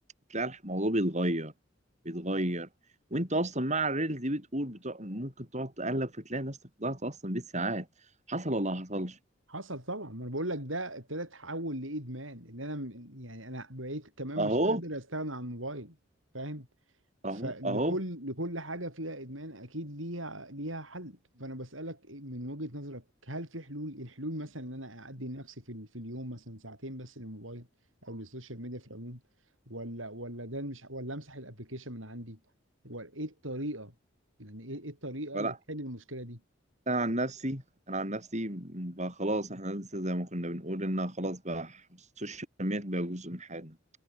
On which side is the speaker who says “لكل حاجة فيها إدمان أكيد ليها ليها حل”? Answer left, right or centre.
Right